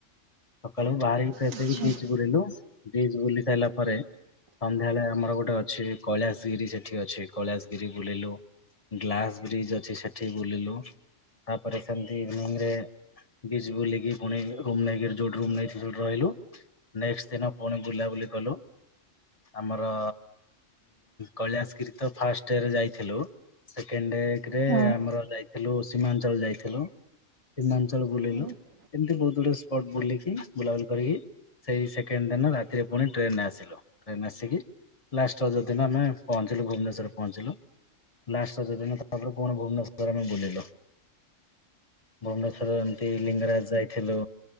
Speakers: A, on the left (about 30°); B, on the right (about 85°).
A: ସକାଳୁ ବାହାରି ଫ୍ରେସ
B: ଆଚ୍ଛା
A: ସେଇକି ବିଚ ବୁଲିଲୁ, ବିଚ ବୁଲି ସାରିଲା ପରେ ସନ୍ଧ୍ୟାବେଳେ ଆମର ଗୋଟେ ଫୋଟୋ ଅଛି, କୈଳାଶଗିରି ସେଠି ଅଛି। କୈଳାଶଗିରି ବୁଲିଲୁ ଗ୍ଲାସ ବ୍ରିଜ ଅଛି ସେଠି ବୁଲିଲୁ, ତାପରେ ସେମିତି ଇଭିନିଙ୍ଗ ରେ ବିଜ ବୁଲିକି ପୁଣି ରୁମ୍ ନେଇକି ଯୋଉଠି ରୁମ ନେଇ ଥିଲୁ ରହିଲୁ। ନେକ୍ସଟ ଦିନ ପୁଣି ବୁଲାବୁଲି କଲୁ। ଆମର କୈଳାଶଗିରି ତ ଫାଷ୍ଟରେ ଯାଇଥିଲୁ। ସେକଣ୍ଡରେ ରେ
B: ହଁ।
A: ଆମର ଯାଇଥିଲୁ ସୀମାଞ୍ଚଳ ଯାଇଥିଲୁ। ସୀମାଞ୍ଚଳ ବୁଲେଇଲୁ
B: ହୁଁ
A: ଏମିତି ବହୁତ ଗୁଡଏ ସ୍ପଟ ବୁଲିକି ବୁଲାବୁଲି କରିକି ସେଇ ସେକେଣ୍ଡ ଦିନ ରାତିରେ ପୁଣି ଟ୍ରେନରେ ଆସିଲୁ। ଟ୍ରେନ ଆସିକି ଲାଷ୍ଟ ରଜ ଦିନ ଆମେ ପହଞ୍ଚିଲୁ, ଭୁବନେଶ୍ଵରରେ ପହଞ୍ଚିଲୁ। ଲାଷ୍ଟ ରଜ ଦିନ ତାପରେ ପୁଣି ଭୁବନେଶ୍ଵରରେ ଆମେ ବୁଲିଲୁ। ଭୁବନେ ଶ୍ୱରନ୍ତି ଲିଙ୍ଗରାଜ ଯାଇ ଥିଲୁ।